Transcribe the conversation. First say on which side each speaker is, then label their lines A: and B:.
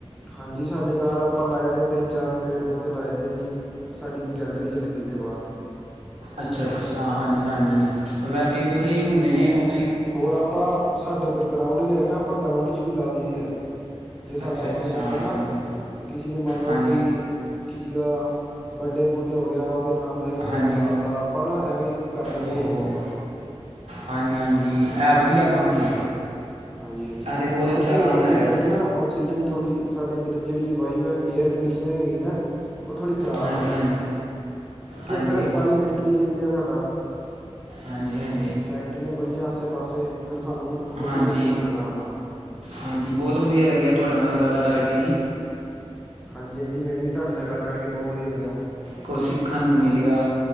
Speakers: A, in the centre; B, on the right.
A: ਹਾਂਜੀ ਸਾਡੇ ਘਰ ਆਪਾਂ ਲਾਏ ਦੇ ਆ ਤਿੰਨ-ਚਾਰ ਪੇੜ ਪੌਦੇ ਲਾਏ ਦੇ ਆ ਜੀ। ਸਾਡੀ ਗੈਲਰੀ 'ਚ ਲੱਗੇ ਦੇ ਬਾਹਰ।
B: ਅੱਛਾ- ਅੱਛਾ ਹਾਂਜੀ-ਹਾਂਜੀ ਵੈਸੇ ਵਧੀਆ ਹੀ ਹੁੰਦੇ ਨੇ ਉਹ
A: ਹੋਰ ਆਪਾਂ ਸਾਡੇ ਇੱਧਰ ਗਰਾਊਂਡ ਵੀ ਹੈਗਾ ਨਾ। ਆਪਾਂ ਗਰਾਊਂਡ ਚ ਵੀ ਲਾ ਦਿੰਦੇ ਐ। ਜੇ ਸਾਡਾ
B: ਅੱਛਾ
A: ਮਨ
B: ਅੱਛਾ
A: ਕਰਦਾ ਨਾ।
B: ਹਾਂਜੀ
A: ਕਿਸੇ ਦੀ ਮੰਨ ਲਓ
B: ਹਾਂਜੀ
A: ਕੋਈ ਕਿਸੇ ਦਾ ਬਰਥਡੇ ਬੂਡੇ ਹੋ ਗਿਆ ਉਹਦੇ ਨਾਮ ਇੱਕ ਪੇੜ
B: ਹਾਂਜੀ
A: ਲਾ ਤਾ ਆਪਾਂ ਨਾ ਐਵੇਂ ਕਰ ਲੈਂਦੇ।
B: ਓਹੋ ਹਾਂਜੀ ਹਾਂਜੀ, ਇਹ ਵਧੀਆ ਕੰਮ ਜੇ।
A: ਹਾਂਜੀ ਹਾਂਜੀ
B: ਇਹ ਤਾਂ ਬਹੁਤ
A: ਪਤਾ
B: ਅੱਛਾ
A: ਕੀ
B: ਕੰਮ
A: ਸਾਡੇ
B: ਹੈਗਾ
A: ਇੱਧਰ ਦੀ ਨਾ ਔਕਸੀਜਨ ਥੋੜ੍ਹੀ ਸਾਡੇ ਇੱਧਰ ਜਿਹੜੀ ਵਾਯੂ ਹੈ, ਏਅਰ ਕੰਡੀਸ਼ਨਰ ਹੈਗੀ ਨਾ। ਉਹ ਥੋੜ੍ਹੀ ਖ਼ਰਾਬ
B: ਹਾਂਜੀ
A: ਆ।
B: ਹਾਂਜੀ
A: ਕਿਉਂਕਿ
B: ਹਾਂਜੀ
A: ਇੱਧਰ ਸਾਰੀ ਇੰਡਸਟਰੀ ਏਰੀਆ ਸਾਡਾ।
B: ਹਾਂਜੀ, ਹਾਂਜੀ।
A: ਫੈਕਟਰੀਆਂ ਬੜੀਆਂ ਆਸੇ -ਪਾਸੇ ਫਿਰ ਸਾਨੂੰ ਖੁਦ
B: ਹਾਂਜੀ
A: ਹੀ ਸੋਚਣਾ ਪੈਣਾ ਆਪਣਾ।
B: ਹਾਂਜੀ। ਬਹੁਤ ਵਧੀਆ ਲੱਗਿਆ ਤੁਹਾਡੇ ਨਾਲ ਗੱਲ ਕਰਕੇ ਜੀ।
A: ਹਾਂਜੀ, ਹਾਂਜੀ। ਮੈਨੂੰ ਵੀ ਤੁਹਾਡੇ ਨਾਲ ਗੱਲ ਕਰਕੇ ਬਹੁਤ ਵਧੀਆ ਲੱਗਿਆ।
B: ਕੁਛ ਸਿੱਖਣ ਨੂੰ ਮਿਲਿਆ।